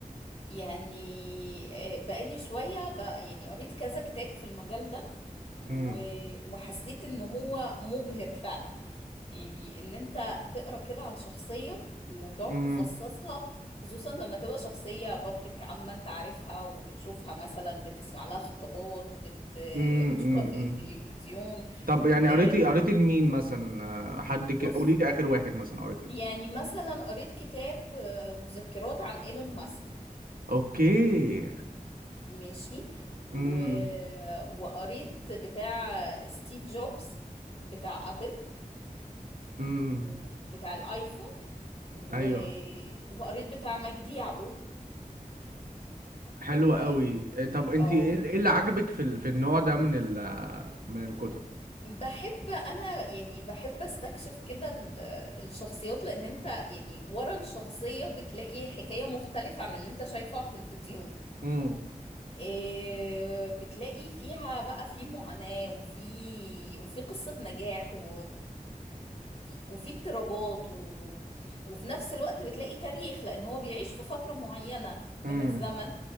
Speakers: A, on the left; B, on the right.
A: يعني آه بقالي شوية ب... يعني قريت كذا كتاب في المجال ده و...
B: امم
A: وحسيت ان هو مبهر فعلا يعني ان انت تقرا كده عن شخصية وتقعد
B: امم
A: تفصصها خصوصا لما تبقى شخصية بابليك عامة انت عارفها وبتشوفها مثلا بتسمع لها خطابات بت...
B: امم
A: بتشوفها
B: امم
A: في التلفزيون
B: طب يعني
A: إيه،
B: قريتي قريتي لمين مثلا آه، حد كده
A: بص
B: قولي لي اخر واحد مثلا قريتي له
A: يعني مثلا قريت كتاب آه، مذكرات عن ايلون ماسك
B: اوكي
A: ماشي و...
B: امم
A: وقريت بتاع ستيف جوبز بتاع ابل
B: امم
A: وبتاع الايفون و...
B: ايوه
A: وقريت بتاع مجدي يعقوب
B: حلوة
A: إيه،
B: قوي إيه، طب انت
A: اه
B: ايه إيه اللي عجبك في ال- في النوع ده من ال من الكتب
A: بحب انا يعني بحب استكشف كده ال- الشخصيات لان انت يعني ورا الشخصية بتلاقي حكاية مختلفة عن اللي انت شايفه على التلفزيون
B: امم
A: إيه، بتلاقي فيها بقى في معاناة وفي وفي قصة نجاح و... وفي اضطرابات و... وفي نفس الوقت بتلاقي تاريخ لان هو بيعيش في فترة معينة من
B: امم
A: الزمن